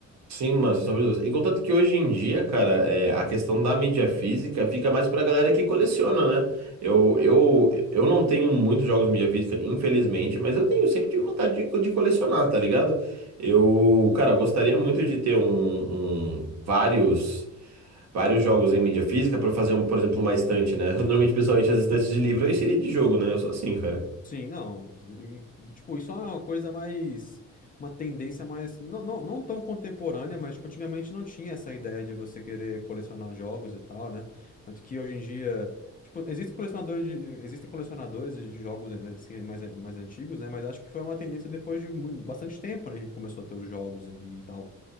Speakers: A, on the right (about 65°); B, on the left (about 30°).
A: Sim, mano, sem sombra de dúvidas. E contanto que hoje em dia, cara, é, a questão da mídia física fica mais pra galera que coleciona, né? Eu, eu, eu não tenho muitos jogos de mídia física, infelizmente, mas eu tenho, sempre tive vontade de, de colecionar, tá ligado? Eu, cara, gostaria muito de ter um, um- vários, vários jogos em mídia física pra fazer, um, por exemplo, uma estante, né? <laughs> Normalmente,
B: Uhum.
A: pessoalmente, as estantes de livro eu encheria de jogo, né? Eu sou assim, cara.
B: Sim, não. E, e, Tipo, isso é uma coisa mais. Uma tendência mais. Não, não, não tão contemporânea, mas tipo, antigamente não tinha essa ideia de você querer colecionar jogos e tal, né? Tanto que hoje em dia. Tipo, existem colecionadores de, existem colecionadores de jogos eh, assim, mais, eh, mais antigos, né? Mas acho que foi uma tendência depois de mu- bastante tempo, né? Que começou a ter os jogos ali e tal.